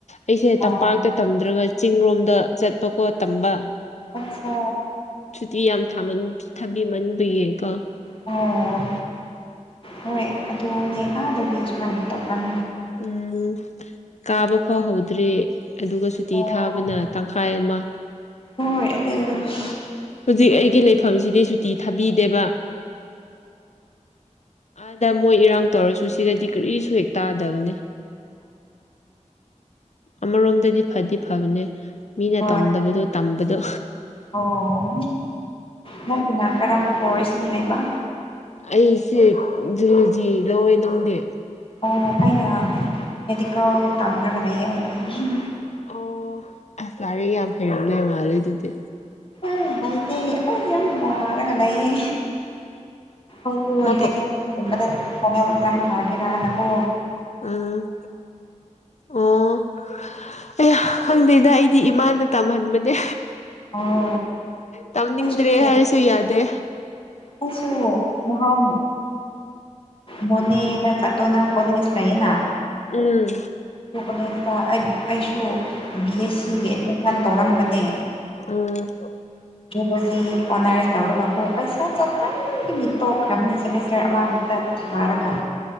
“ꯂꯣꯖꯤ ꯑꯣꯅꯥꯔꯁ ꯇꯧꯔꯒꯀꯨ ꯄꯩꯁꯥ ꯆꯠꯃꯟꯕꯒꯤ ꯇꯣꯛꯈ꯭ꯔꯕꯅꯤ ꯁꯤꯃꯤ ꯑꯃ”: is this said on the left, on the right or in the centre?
Left